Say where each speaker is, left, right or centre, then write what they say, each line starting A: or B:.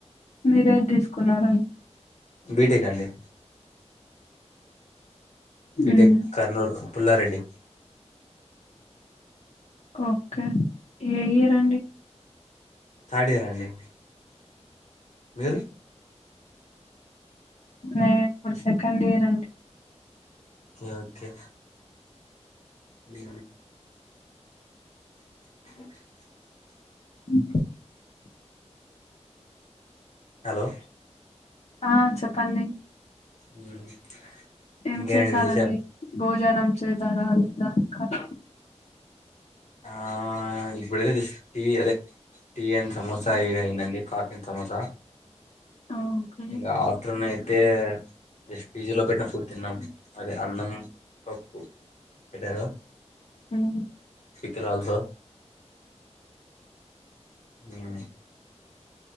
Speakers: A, on the left; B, on the left.
A: మీరేది తీసుకున్నారం
B: బీటెకా అండి బిటెక్
A: హ్మ్.
B: కర్నూలు పుల్లారెడ్డి
A: ఓకే ఏ యెయ్యరండి
B: థర్డ్ ఇయర్ అండి మీరు
A: న ఇప్పు సెకండ్ ఇయర్ అండి
B: ఓకే హ <inaudible>
A: అ <inaudible>
B: హలో
A: ఆ చెప్పండి
B: <unintelligible>
A: ఏం
B: ఇంకేంటి
A: చేశారంండి
B: విశేషాలు
A: భోజన చేజ <unintelligible>
B: ఆ ఇడుద టీ అదే టీ అం సమోస ఇ ఇయినండి కాఫీ అం సమోసా
A: ఓకే.
B: ఇంగ ఆఫటర్నూన్ అయితే జస్ట్ పీజీ లో పెట్టిన ఫుడ్ తిన్నాం అదే అన్నం పప్పు పెట్టారు
A: మా
B: ఫనాల సార్ మ్మ్మ్